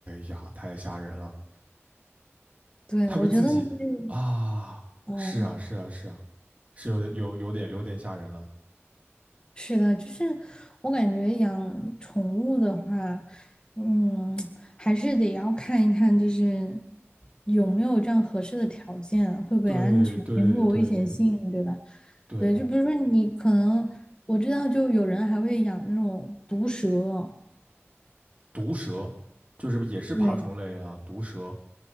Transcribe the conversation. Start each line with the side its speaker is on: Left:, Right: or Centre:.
Right: 呀，太吓人了。
Left: 对，
Right: 它被自己啊，
Left: 我觉得就是，嗯，
Right: 是啊是啊是啊，是有点有有点有点吓人了。
Left: 是的，就是我感觉养宠物的话，嗯，还是得要看一看，就是有没有这样合适的条件啊，会不会安全，
Right: 对对对
Left: 有没有危险性，对吧？
Right: 对，
Left: 对，就比如说你可能我知道，就有人还会养那种毒蛇哦，
Right: 毒蛇，就是也是爬虫类啊，
Left: 对，
Right: 毒蛇。